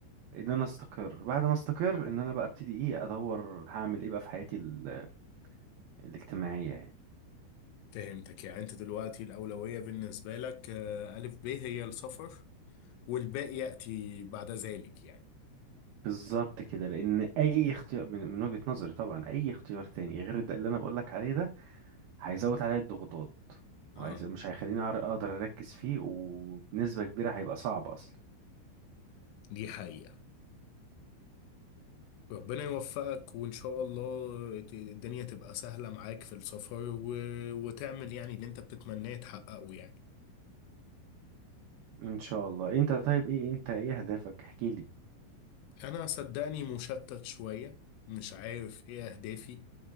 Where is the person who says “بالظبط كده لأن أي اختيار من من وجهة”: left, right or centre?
Right